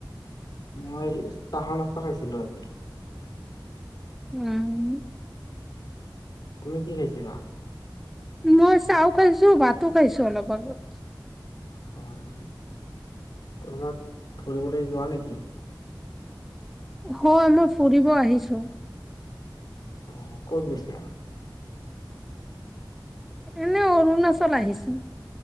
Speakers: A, on the left; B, in the centre.
A: মই চাহৰ নাস্তা খাইছিলো আজি।
B: উম।
A: তুমি কি খাইছিলা?
B: মই চাহো খাইছো, ভাতো খাইছো অলপ আগত।
A: অ' কৰ'বাত ফুৰিবলৈ যোৱা নেকি?
B: হয়' মই ফুৰিব আহিছো।
A: অ' ক'ত গৈছিলা?
B: এনে অৰুণাচল আহিছো।